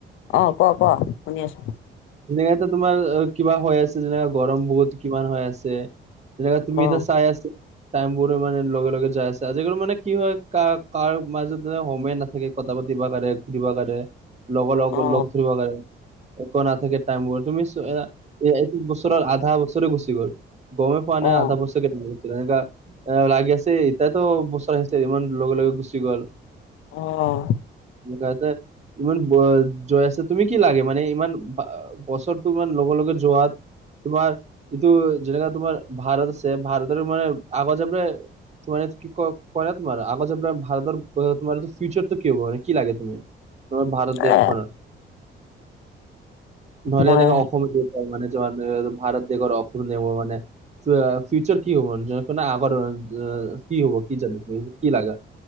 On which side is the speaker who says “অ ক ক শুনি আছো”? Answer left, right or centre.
Left